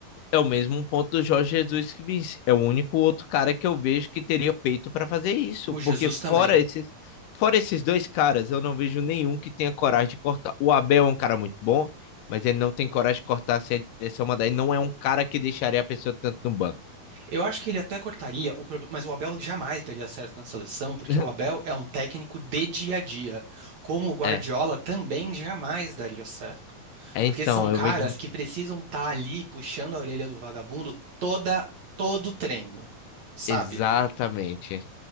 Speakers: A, on the left; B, on the right.
A: É o mesmo ponto do Jorge Jesus que disse. É o único outro cara que eu vejo que teria peito para fazer isso.
B: O
A: Porque
B: Jesus
A: fora
B: também.
A: esses, fora esses dois caras, eu não vejo nenhum que tenha coragem de cortar. O Abel é um cara muito bom, mas ele não tem coragem de cortar se a direção mandar. Ele não é um cara que deixaria a pessoa tanto no banco.
B: Eu acho que ele até cortaria, o prob- mas o Abel jamais daria certo na seleção, porque
A: <laughs>
B: o Abel é um técnico de dia a dia, como o Guardiola
A: É.
B: também jamais daria certo.
A: É,
B: Porque
A: então,
B: são caras
A: eu vejo muito-
B: que precisam estar ali puxando a orelha do vagabundo toda todo treino, sabe?
A: Exatamente.